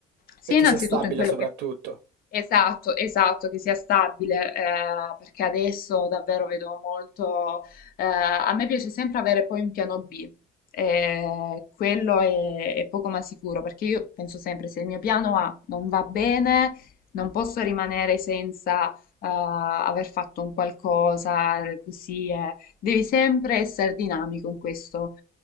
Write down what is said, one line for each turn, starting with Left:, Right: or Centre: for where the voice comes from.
Left: sia
Right: E che
Left: innanzitutto
Right: sia stabile
Left: in quello
Right: soprattutto.
Left: che... Esatto, esatto, che sia stabile, eh, perché adesso davvero vedo molto... eh, a me piace sempre avere poi un piano B. eh, quello è, è poco ma sicuro perché io penso sempre se il mio piano A non va bene, non posso rimanere senza eh, aver fatto un qualcosa eh, così. eh. Devi sempre essere dinamico in questo.